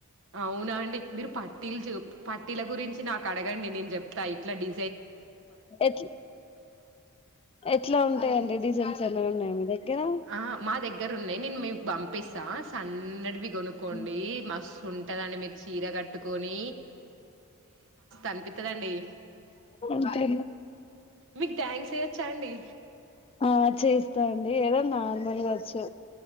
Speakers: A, on the right (about 60°); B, on the left (about 25°).
A: అవునా అండి మీరు పట్టీలు పట్టీల గురించి నాకు అడగండి నేను చెప్ ఇట్లా డి
B: ఎ ఎట్లా ఉంటాయంండి డీజెంట్స్ ఏమైనా ఉన్నాయా దగ్గర
A: ఆ మా దగ్గర ఉన్నాయి నేను మీకు పంపిస్తా స అన్నడివి కొనుకోోండి
B: ఆ
A: మస్తు ఉంటదండి మీరు చీర కట్టు పోని అనిపిత్తదండి
B: అంతే
A: మీకు డ్యాన్స్ ఏయొచ్చా అండి
B: ఆ చేస్తాండి ఏదోన్నా లు కావచ్చు